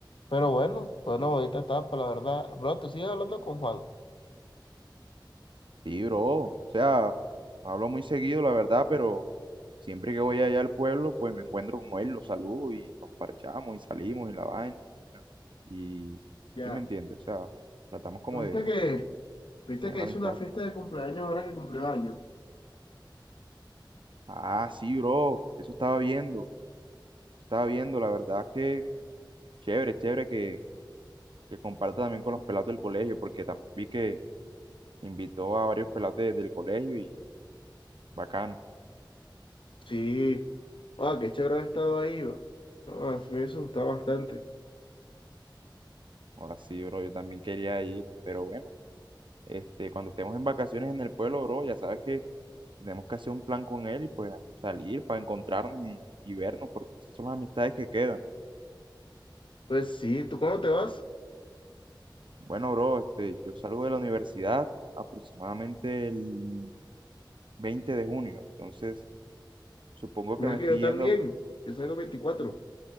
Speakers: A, on the left; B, on the right.
A: Pero bueno, fue una bonita etapa, la verdad. Bro, tú sigues hablando con Juan.
B: Sí, bro, o sea, no hablo muy seguido, la verdad, pero siempre que voy allá al pueblo, pues me encuentro con él, lo saludo y nos parchamos y salimos y la vaina. Y
A: Ya.
B: sí me entiende, o sea, tratamos como
A: ¿Viste
B: de
A: que, viste
B: tener
A: que
B: la
A: hizo
B: amistad.
A: una fiesta de cumpleaños ahora que cumplió años?
B: Ah, sí, bro, eso estaba viendo, estaba viendo, la verdad que chévere, chévere que, que comparta también con los pelados del colegio, porque también vi que invitó a varios pelados de- del colegio y bacano.
A: Sí, ah, qué chévere haber estado ahí, va. Ah, sí me hubiese gustado bastante.
B: Ahora sí, bro, yo también quería ir, pero bueno, este, cuando estemos en vacaciones en el pueblo, bro, ya sabes que tenemos que hacer un plan con él y pues salir para encontrarnos y, y vernos, porque esas son las amistades que quedan.
A: Pues sí, ¿tú cómo te vas?
B: Bueno, bro, este, yo salgo de la universidad aproximadamente el 20 de junio, entonces... Supongo
A: Mira
B: que me estoy
A: que yo también,
B: yendo.
A: yo salgo 24